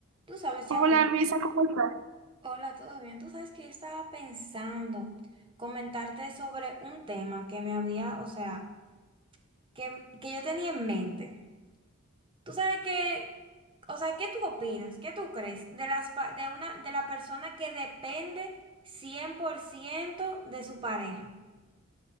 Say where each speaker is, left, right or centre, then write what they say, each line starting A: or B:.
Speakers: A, on the right (about 25°); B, on the right (about 65°).
A: Tú sabes, ya,
B: Hola Luisa, ¿cómo estás?
A: hola, ¿todo bien? Tú sabes que yo estaba pensando comentarte sobre un tema que me había, o sea, que, que yo tenía en mente. Tú sabes que, o sea, ¿qué tú opinas? ¿Qué tú crees de las, pa- de una, de la persona que depende 100% de su pareja?